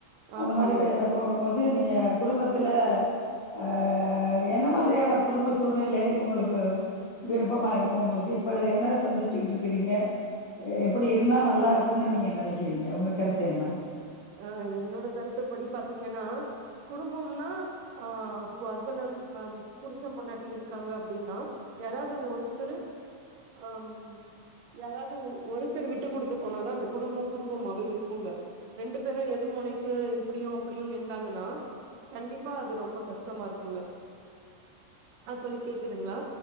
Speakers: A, on the right; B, on the left.
A: ஆமாங்க
B: அந்த மாரி பே போகும்போது நீங்க குடும்பத்துல அ என்ன மாதிரியான குடும்ப சூழ்நிலை உங்களுக்கு விருப்பமா இருக்கு உங்களுக்கு இப்ப என்ன சந்திச்சுக்கிட்டு இருக்கிறீங்க எப்டி இருந்தா நல்லா இருக்கும்னு நீங்க நெனைக்கிறீங்க உங்க கருத்து என்ன
A: அ என்னோட கருத்தை படி பாத்தீங்கன்னா குடும்பம்னா அ இ ஹஸ்பண்ட்ஹ் புருஷம் பொண்ணாட்டி இருக்காங்க அப்படின்னா யாராவது ஒருத்தர் அ ம் யாராவது ஒருத்தர் விட்டு குடுத்து போனாதா அந்த குடும்பம் குடும்பமாவே இருக்குங்க ரெண்டு பேரு எதிர்முனைக்கு இப்டியு அப்டியு நிண்ணாங்கனா கண்டிப்பா அது ரொம்ப கஷ்டமா இருக்குங்க ஆ தோழி கேக்குதுங்ளா